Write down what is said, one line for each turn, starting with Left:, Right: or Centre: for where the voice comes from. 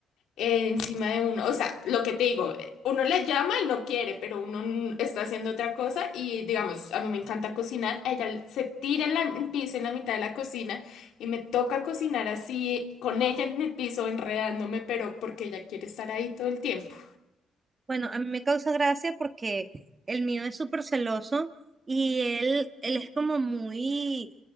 Left: eh, encima de uno, o sea, lo que te digo, eh, uno le llama y no quiere, pero uno n- está haciendo otra cosa y digamos, a mí me encanta cocinar, a ella se tira en la- en piso en la mitad de la cocina y me toca cocinar así con ella en el piso enredándome, pero porque ella quiere estar ahí todo el tiempo.
Right: Bueno, a mí me causa gracia porque el mío es súper celoso y él, él es como muy,